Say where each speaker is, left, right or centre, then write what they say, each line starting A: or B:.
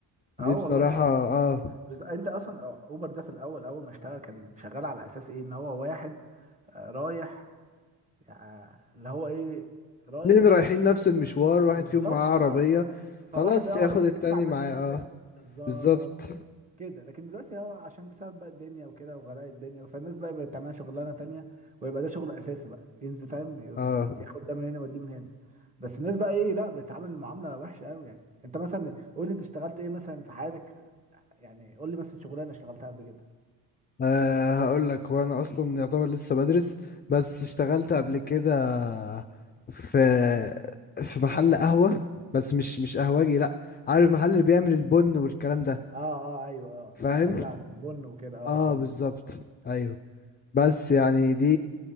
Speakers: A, on the left (about 25°); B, on the right (about 15°).
A: دي
B: اه والله
A: بصراحه
B: يعني
A: اه
B: بز... انت اصلا اوبر ده في الاول اول ما اشتغل كان شغال على اساس ايه ان هو واحد آه، رايح يعني اللي هو ايه رايح
A: اتنين رايحين نفس المشوار واحد
B: بالظبط
A: فيهم معاه
B: ف...
A: عربيه خلاص
B: فواحد اه
A: ياخد
B: يدفع
A: التاني
B: بنزين
A: معاه اه
B: التاني بالظبط
A: بالظبط
B: كده لكن دلوقتي هو عشان بسبب بقى الدنيا وكده وغلاء الدنيا فالناس بقى بقت تعمل شغلانه تانية ويبقى ده شغل اساسي بقى ينزل فاهم ير-
A: اه,
B: ياخد ده من هنا ويوديه من هنا بس الناس بقى ايه لا بتتعامل معامله وحشه قوي يعني انت مثلا قول لي انت اشتغلت ايه مثلا في حياتك يعني قول لي مثلا شغلانه اشتغلتها قبل كده
A: آه هقول لك وانا اصلا يعتبر لسه بدرس بس اشتغلت قبل كده في في محل قهوة بس مش مش قهوجي لا عارف المحل اللي بيعمل البن والكلام ده
B: اه اه ايوه اه
A: فاهم
B: محل بن وكده اه
A: اه
B: فاهمك
A: بالظبط ايوه بس يعني دي